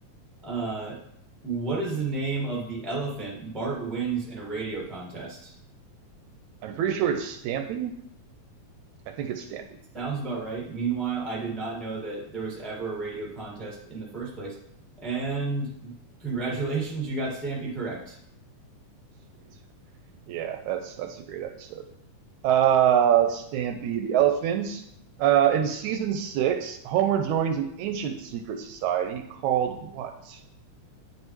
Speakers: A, in the centre; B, on the right (about 75°).
A: Uh, what is the name of the elephant Bart wins in a radio contest?
B: I'm pretty sure it's Stampy. I think it's Stampy.
A: Sounds about right. Meanwhile, I did not know that there was ever a radio contest in the first place. And congratulations, you got Stampy correct.
B: Sweet. Yeah, that's that's a great episode. Uh, Stampy the elephant. Uh, in season six, Homer joins an ancient secret society called what? <laughs>